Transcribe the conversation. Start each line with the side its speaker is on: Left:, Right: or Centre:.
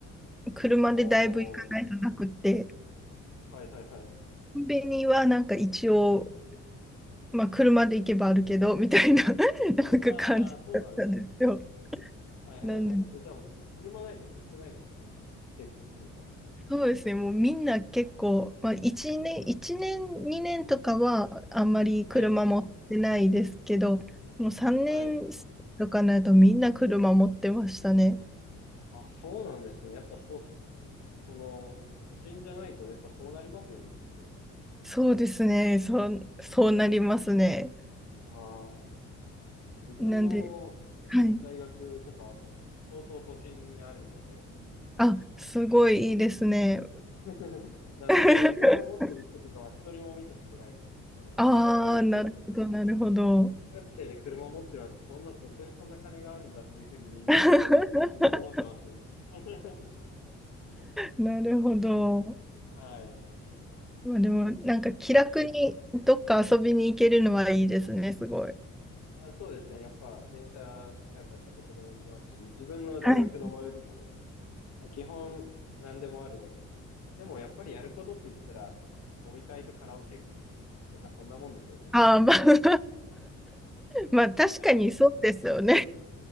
Centre: 車でだいぶ行かないとなくって、
Left: おー、はいはいはい。
Centre: コンビニはなんか一応、まあ車で行けばあるけど、みたいな <laughs> なんか感じだったんですよ。
Left: ああ、そうなんですね。はいはいはい。
Centre: なんで、
Left: え、じゃあ車ないときつくないですか結構、生活っていうか。
Centre: そうですね、もうみんな結構、まあ1年、一年、2年とかはあんまり車持ってないですけど、
Left: はい。
Centre: もう3年
Left: はい。
Centre: とかになるとみんな車持ってましたね。
Left: あ、そうなんですね。やっぱそう、そ、その、都心じゃないと、やっぱそうなりますよね、きっと。
Centre: そうですね、そう、そうなりますね。
Left: ああ、自分の
Centre: なんで、はい。
Left: 大学とかは結相当都心にあるので、
Centre: あ、すごいいいですね。
Left: <laughs> なので、
Centre: <laughs>
Left: 車持ってる人とかは一人も見たことないですよ。その大学生
Centre: ああ、なるほど、なるほど。
Left: 学生で車持ってるなんて、そんな、どこにそんな金があるんだっていうふうにみんな思って、
Centre: <laughs>
Left: 思ってますね。<laughs>
Centre: なるほど。
Left: はい。
Centre: まあでも、なんか気楽にどっか遊びに行けるのはいいですね、すごい。
Left: まあ、そうですね。やっぱ、電車使えばやっぱどこでも行きますし、自分の大学の最寄りでも、
Centre: はい。
Left: まあ基本何でもあるので。でも、やっぱりやることって言ったら、飲み会とカラオケとかそんなもんですよ、でも。
Centre: ああ、まあ、<laughs> まあ確かにそうですよね。
Left: はい。